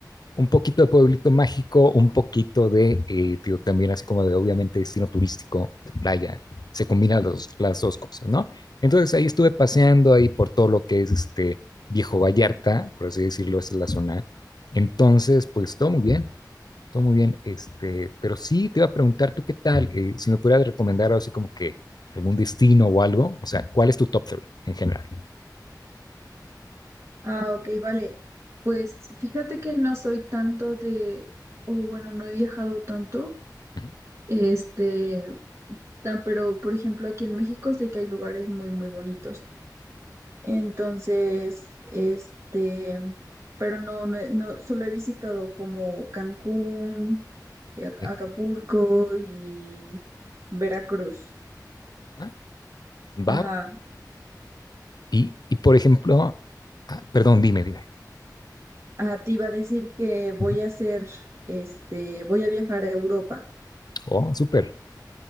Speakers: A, on the left (about 65°); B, on the right (about 40°).
A: un poquito de pueblito mágico, un poquito de, eh, digo, también así como de obviamente destino turístico, de playa, se combinan los, las dos cosas, ¿no? Entonces ahí estuve paseando ahí por todo lo que es este Viejo Vallarta, por así decirlo, esta es la zona. Entonces, pues todo muy bien, todo muy bien, este, pero sí te iba a preguntar tú qué tal, Eh, si me pudieras recomendar algo así como que algún destino o algo, o sea, ¿cuál es tu top three en general?
B: Ah, ok, vale. Pues fíjate que no soy tanto de, o bueno, no he viajado tanto,
A: Ujú.
B: este, tan, pero por ejemplo aquí en México sé que hay lugares muy, muy bonitos. Entonces, este, pero no, no, he- no, solo he visitado como Cancún, eh, Ac-
A: Eh,
B: Acapulco y Veracruz.
A: ajá, Va,
B: Ajá.
A: y, y por ejemplo, ah, perdón, dime, dime.
B: Ah, te iba a decir que voy
A: Ujú.
B: a hacer, este, voy a viajar a Europa.
A: Oh, súper,